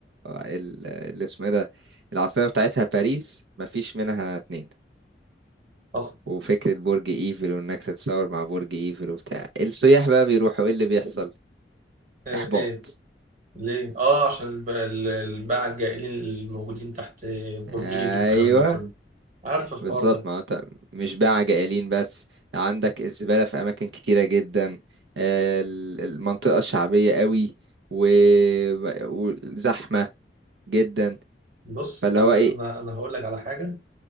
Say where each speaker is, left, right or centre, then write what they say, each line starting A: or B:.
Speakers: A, on the right; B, on the right.
A: ال- اللي اسمه إيه ده العاصمه بتاعتها باريس مفيش منها اتنين
B: حصل
A: وفكره برج ايفل وانك تتصور مع برج ايفل وبتاع السياح بقى بيروحوا ايه اللي بيحصل
B: آه
A: احباط
B: إيه ليه؟ آه عشان الب- ال- الباعة الجائلين اللي موجودين تحت برج
A: ايوه
B: إيفل والكلام ده كله عارف الحوار
A: بالظبط
B: ده
A: ما هو انت مش بقى جائلين بس عندك الزبالة في أماكن كتيرة جدا آه، ال- المنطقة شعبية قوي و- وزحمة جدا
B: بص
A: فاللي
B: أنا
A: هو ايه
B: أنا أنا هقول لك على حاجة